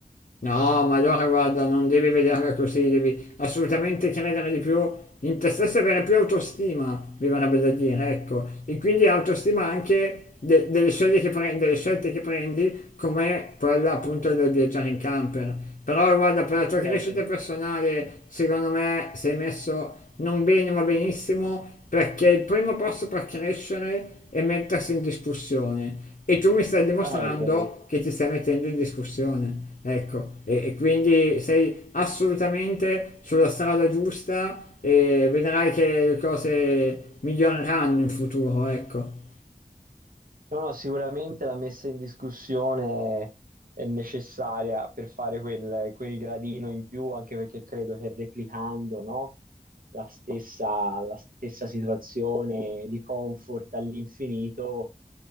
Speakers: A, on the left; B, on the right.
A: No, ma allora guarda, non devi vederla così, devi assolutamente credere di più in te stesso e avere più autostima, mi verrebbe da dire, ecco. E quindi autostima anche de- delle scelte che prendi, delle scelte che prendi, come quella appunto del viaggiare in camper. Però guarda, per la tua crescita
B: Certo.
A: personale, secondo me sei messo non bene ma benissimo, perché il primo passo per crescere è mettersi in discussione. E tu mi stai dimostrando
B: Eh, è vero.
A: che ti stai mettendo in discussione, ecco, e, e quindi sei assolutamente sulla strada giusta e vedrai che le cose miglioreranno in futuro, ecco.
B: No, no, sicuramente la messa in discussione è necessaria per fare quel, quel gradino in più, anche perché credo che replicando, no, la stessa, la stessa situazione di comfort all'infinito,